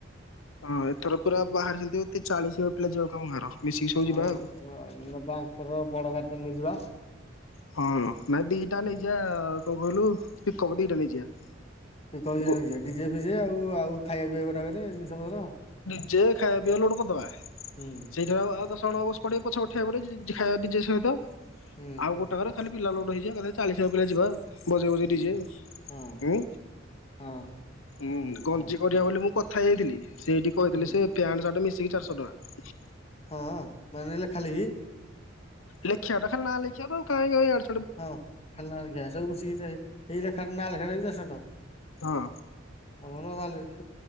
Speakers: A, on the left (about 90°); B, on the left (about 30°).
A: ହଁ ଏଥର ପୁରା ବାହାରିସନ୍ତି ଚାଳିସି ହବ ପିଲା ଯିବାକୁ ତମ ଗାଁର। ମିଶିକି ସବୁ
B: ହଁ
A: ଯିବା ଆଉ।
B: ଏଥର ଆ ବାଙ୍କର ବଡ ଗଡ଼ି ଟା ନେଇଯିବା।
A: ହଁ, ନାଇଁ ଦିଟା ନେଇଯିବା କଣ କହିଲୁ ପିକପ ଦିଟା ନେଇଯିବା।
B: ପିକପ ଦିଟା
A: ଗୋ
B: ନେଇଯିବା। ଡିଜେ ଫିଜେ ଆଉ ଆଉ ଖାଇବା ପିଇବା ଗୋଟାକରେ ଜିନିଷ ପତ୍ର।
A: ଯେ ଖାୟା ପିଇବା ଲୋଡ଼ କରିଦବା।
B: ହୁଁ
A: ସେଇଠାରୁ ଆ ଆଉ ଦଶ ଜଣ ବସିପଡିବେ ପଛପଟେ ଠିଆ ହେଇପଡିବେ <unintelligible> ଡିଜେ ସହିତ
B: ହୁଁ
A: ଆଉ ଗୋଟାକରେ ଖାଲି ପିଲା ଲୋଡ ହେଇଯିବା ଏକାଥରେ ଚାଳିଶ ପିଲା ଯିବା ଆଉ। ବଜେଈ ବଜେଈ
B: ହୁଁ
A: ଡିଜେ
B: ହଁ
A: ହୁଁ,
B: ହଁ
A: ହୁଁ
B: ଭଲ
A: ଗ ହେଲେ ମୁଁ କଥା ହେଇଥିଲି। ସେଇଠି କହିଥିଲେ
B: ହୁଁ
A: ସେ ଫ୍ୟାଣ୍ଟ ସାଟ୍ ମିସ୍ ମିଶିକି ଚାରିଶ ଟଙ୍କା।
B: ହଁ, ମାନିଲେ ଖାଲି ହି
A: ଲେଖିବା ଟା ଖାଲି ନାଁ ଲେଖିବାକୁ ଆଉ କାଇଁ ଏଇ ଅଡ୍
B: ହଁ। ଫାଇନାଲ ହେଇଗଲା। ସବୁ ମିଶିକି ତ ଆଉ। ହେଇଗଲା ଫାଇନାଲ୍ ଖେଳ ରେ ବି ଚାରଶ ଟଙ୍କା।
A: ହଁ
B: <unintelligible>